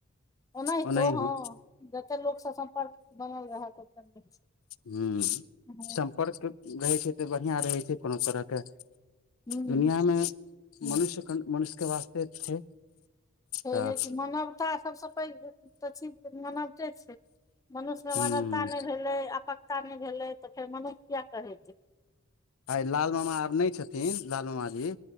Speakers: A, on the left; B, on the left.
A: ओनाहितो
B: ओनाहि
A: हँ
B: हम
A: जते लोकस सम्पर्क बनल रहत ओतेक निक छै।
B: हु
A: हँ
B: सम्पर्क रहै छै तऽ बढ़िआँ रहै छै, कोनो तरह के
A: हूँ
B: दुनिआँ मे
A: हूँ
B: मनुष्य अखन मनुष्य के वास्ते छै।
A: छैहे
B: तऽ
A: कि मानवता सभ स पैघ तऽ चीज मानवते छै। मनुष्य में
B: ह
A: मानवता नै भेलै, आपकता नै भेलै, तऽ फेर मनुष्य किये कहेतै।
B: आय लाल मामा आब नै छेथिन, लाल मामा जी